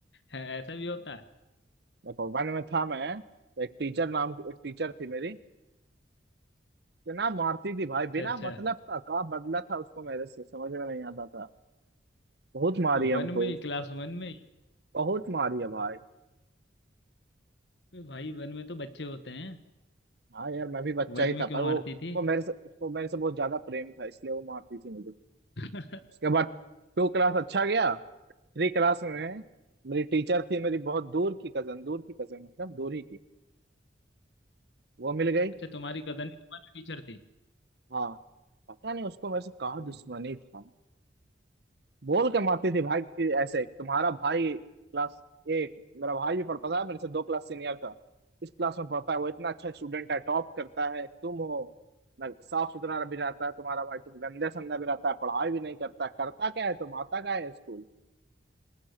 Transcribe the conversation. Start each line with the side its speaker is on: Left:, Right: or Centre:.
Left: ऐसा भी होता है
Right: देखो वन में था मैं तो एक टीचर नाम की एक टीचर थी मेरी तो ना मारती थी भाई बिना
Left: अच्छा अच्छा
Right: मतलब का का बदला था उसको मेरे से समझ में नहीं आता था बहुत मारी
Left: वन
Right: हमको
Left: में ही क्लास वन में ही
Right: बहुत मारी है भाई
Left: अरे भाई वन में तो बच्चे होते हैं
Right: हाँ यार मैं भी बच्चा
Left: वन
Right: ही
Left: में
Right: था पर
Left: क्यों मारती
Right: वो उसको
Left: थी
Right: मेरे से उसको मेरे से बहुत ज्यादा प्रेम था इसलिए वो मारती थी मुझे
Left: <laughs>
Right: उसके बाद टू क्लास अच्छा गया थ्री क्लास में मेरी टीचर थी मेरी बहुत दूर की कजन दूर की कजन मतलब दूर ही की वो मिल गई
Left: अच्छा तुम्हारी कजन ही तुम्हारी टीचर थी
Right: हाँ पता नहीं उसको मेरे से कहाँ
Left: ओ।
Right: दुश्मनी था बोल के मारती थी भाई कि ऐसे तुम्हारा भाई क्लास एट मेरा भाई भी पढ़ता था मेरे से दो क्लास सीनियर था इस क्लास में पढ़ता है वो इतना अच्छा स्टूडेंट है टॉप करता है तुम हो ना साफ सुथरा भी रहता है तुम्हारा भाई तुम गंदे संदे भी रहता है पढ़ाई भी नहीं करता करता क्या है तुम आता क्या है स्कूल